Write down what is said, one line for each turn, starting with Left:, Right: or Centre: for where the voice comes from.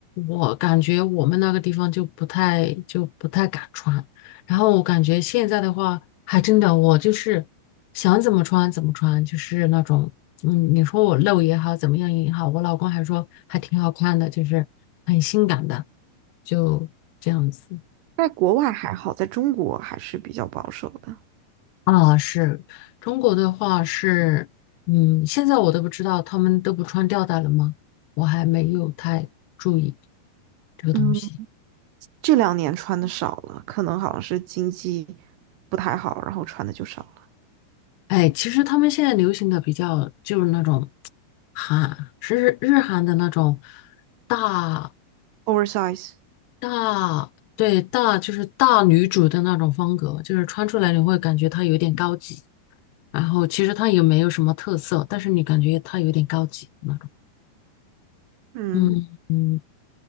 Left: 我感觉我们那个地方就不太就不太敢穿。然后我感觉现在的话，还真的我就是想怎么穿怎么穿，就是那种，嗯，你说我露也好，怎么样也好，我老公还说还挺好看的，就是很性感的，就这样子
Right: 在国外还好，在中国还是比较保守的。
Left: 啊。是中国的话是，嗯，现在我都不知道他们都不穿吊带了吗？我还没有太注意这个东西。
Right: 嗯。这两年穿的少了，可能好像是经济不太好，然后穿的就少了
Left: 哎，其实他们现在流行的比较就是那种韩，是日韩的那种大
Right: ，oversize。
Left: 大，对，大就是大女主的那种风格，就是穿出来你会感觉她有点高级，然后其实她也没有什么特色，但是你感觉她有点高级那种。
Right: 嗯，
Left: 嗯嗯，